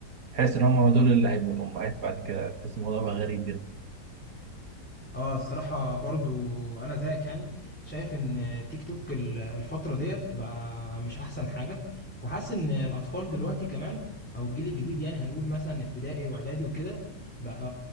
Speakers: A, on the right; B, in the centre.
A: تحس ان هما دول اللي هيبقوا الامهات بعد كده تحس الموضوع بقى غريب جدا
B: اه الصراحة برضو أنا زيك يعني شايف إن تيك توك ال- الفترة ديت بقى مش أحسن حاجة وحاسس إن الأطفال دلوقتي كمان أو الجيل الجديد يعني هنقول مثلا ابتدائي وإعدادي وكده بقى